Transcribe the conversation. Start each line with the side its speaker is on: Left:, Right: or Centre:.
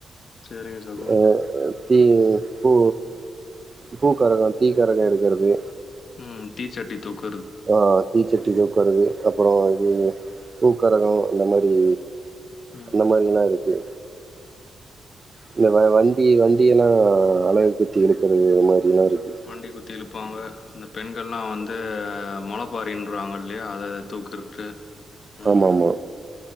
Left: சரிங்க சகோ
Right: அ தீ பூ பூக்காரங்க தீக்காரங்க எடுக்கறது
Left: ம் தீ சட்டி தூக்கு
Right: ஆ தீச்சட்டி தூக்குறது அப்பறோ இது பூக்காரங்க இந்த மாரி
Left: ம்
Right: இந்த மாரில்லாம் இருக்கு இந்த வ வண்டி வண்டியெல்லாம் அழகு குத்தி இழுக்கிறது மாரிலாம் இருக்குது.
Left: வண்டி குத்தி இழுப்பாங்க இந்த பெண்கள்லா வந்து மோளப்பாரின்றவாங்க இல்லையா அதை தூக்கறது ம்
Right: ஆமாமா.